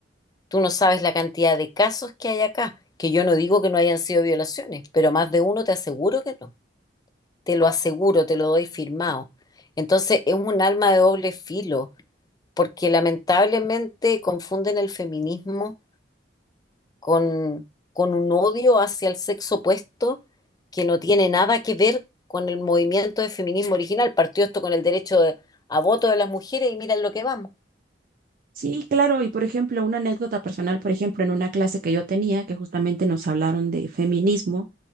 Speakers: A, on the left; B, on the right.
A: Tú no sabes la cantidad de casos que hay acá, que yo no digo que no hayan sido violaciones, pero más de uno te aseguro que no. Te lo aseguro, te lo doy firmado. Entonces es un alma de doble filo porque lamentablemente confunden el feminismo con, con un odio hacia el sexo opuesto que no tiene nada que ver con el movimiento de feminismo original. Partió esto con el derecho de- a voto de las mujeres y miren lo que vamos.
B: Sí, claro, y por ejemplo, una anécdota personal, por ejemplo, en una clase que yo tenía, que justamente nos hablaron de feminismo